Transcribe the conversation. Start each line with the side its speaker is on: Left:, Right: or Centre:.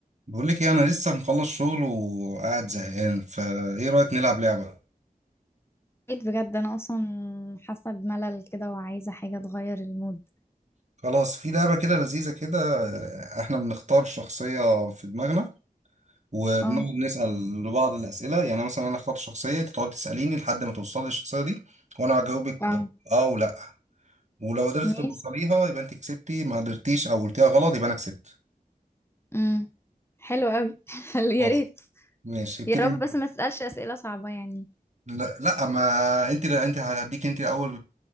Right: بقول لك ايه انا لسه مخلص شغل وقاعد زهقان فايه رايك نلعب لعبه
Left: بقيت بجد انا اصلا حاسه بملل كده وعايزه حاجه تغير المود
Right: خلاص في لعبه كده لذيذه كده احنا بنختار شخصيه في دماغنا وبنقعد
Left: اه
Right: نسال لبعض الاسئله يعني مثلا انا اختار شخصيه انت تقعد تساليني لحد ما توصلي الشخصيه دي وانا هجاوبك
Left: اه
Right: ب- اه ولا ولو قدرت
Left: ماشي
Right: توصليها يبقى انت كسبتي ما قدرتيش او قلتيها غلط يبقى انا كسبت
Left: امم حلو قوي <laughs> حلو يا
Right: خلاص
Left: ريت
Right: ماشي ابتدي
Left: يا رب
Right: انت
Left: بس ما تسالش اسئله صعبه يعني
Right: لا لا ما انت انت هديك انت الاول